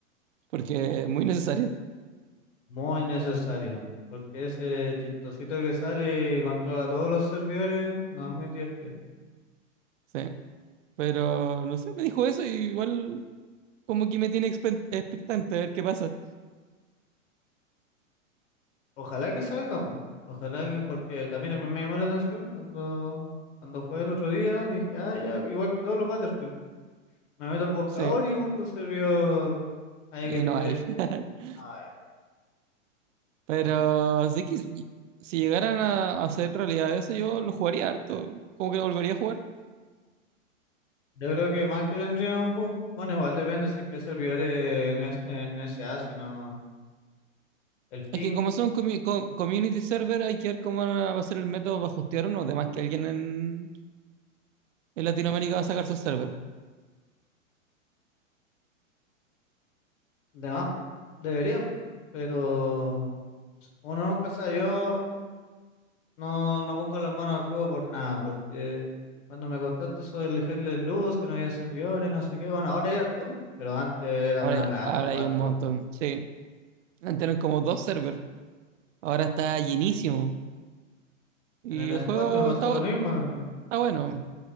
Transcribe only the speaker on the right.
porque es muy necesario,
sí. Pero no sé, me dijo eso y igual como que me tiene expe- expectante a ver qué pasa.
Sí,
y
no hay. <laughs>
Pero
sí que si si llegaran a hacer realidad eso, yo lo jugaría harto. Como que lo volvería a jugar.
Es que como son comi- co- community server, hay que ver cómo va a ser el método para hostear uno. Además que alguien en, en Latinoamérica va a sacar su server.
Ahora,
hay-
ahora
hay un
montón. Sí, antes eran como dos servers. Ahora está llenísimo. Y
el
juego
está,
bu-
está bueno.